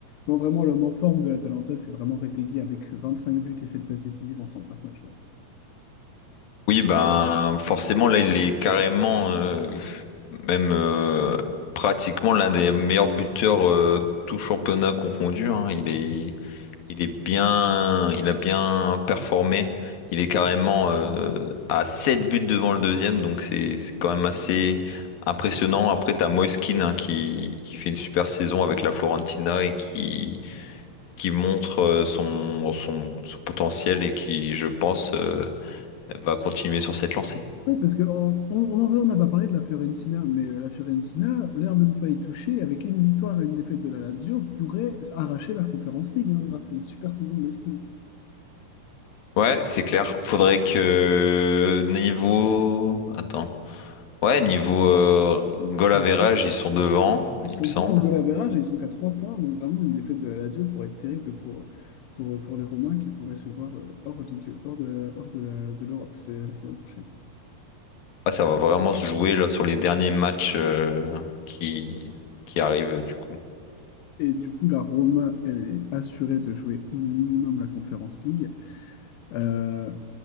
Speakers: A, on the left; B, on the left.
A: Non, vraiment, l'homme en forme de l'Atalanta, c'est vraiment Retegui avec 25 buts et 7 passes décisives en 35 matchs. quoi.
B: Oui, ben forcément, là, il est carrément euh, même euh, pratiquement l'un des meilleurs buteurs euh, tout championnat confondu. hein. Il est Il est bien, il a bien performé. Il est carrément euh, à 7 buts devant le deuxième, donc c'est c'est quand même assez impressionnant. Après, t'as Moiskin hein, qui, qui fait une super saison avec la Florentina et qui, qui montre euh, son, son, son potentiel et qui, je pense, euh, va continuer sur cette lancée.
A: Oui, parce que en- on, on, en vrai, on n'a pas parlé de la Fiorentina, mais euh, la Fiorentina, l'air de ne pas y toucher, avec une victoire et une défaite de la Lazio, pourrait arracher la Conference League hein, grâce à une super saison de Moïskine.
B: Ouais, c'est clair. Faudrait que niveau... Attends. Ouais, niveau euh, goal
A: On
B: average,
A: dit-
B: ils sont devant,
A: Ils
B: il
A: sont
B: me semble.
A: bons en goal average et ils sont qu'à 3 points, donc vraiment une défaite de la Lazio pourrait être terrible pour, pour, pour les Romains qui pourraient se voir euh, hors ligue, hors de la- hors de la- de l'Europe c'est la saison prochaine.
B: Ah, ça va vraiment se jouer là sur les derniers matchs euh, qui, qui arrivent du coup.
A: Et du coup, la Roma, elle est assurée de jouer au minimum la Conference League. Euh,